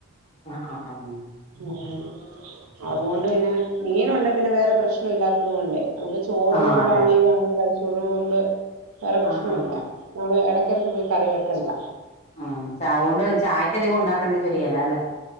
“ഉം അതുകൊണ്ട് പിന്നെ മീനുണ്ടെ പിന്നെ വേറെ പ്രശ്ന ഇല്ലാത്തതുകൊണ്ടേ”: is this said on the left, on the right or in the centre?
Right